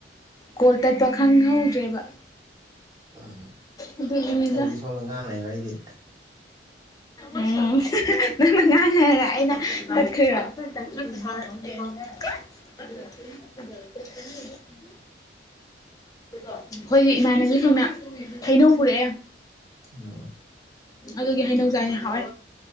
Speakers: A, on the left; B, on the right.
A: ꯀꯣꯜ ꯇꯠꯄ ꯈꯪꯍꯧꯗ꯭ꯔꯦꯕ
B: ꯎꯝ
A: ꯑꯗꯨꯒꯤꯅꯤꯗ
B: ꯑꯩꯗꯤ ꯁꯣꯝꯗ ꯉꯥꯡꯅꯩꯕ ꯑꯩꯗꯤ
A: ꯎꯝ ꯅꯪꯅ ꯉꯥꯏꯉꯔ ꯑꯩꯅ ꯆꯠꯈ꯭ꯔꯣ <unintelligible> ꯑꯩꯈꯣꯏꯒꯤ ꯏꯃꯥꯟꯅꯕꯤꯁꯤꯡꯅ ꯍꯩꯅꯧ ꯄꯨꯔꯛꯑꯦ
B: ꯑꯣ
A: ꯑꯗꯨꯒꯤ ꯍꯩꯅꯧ ꯆꯥꯅꯤ ꯍꯥꯎꯋꯦ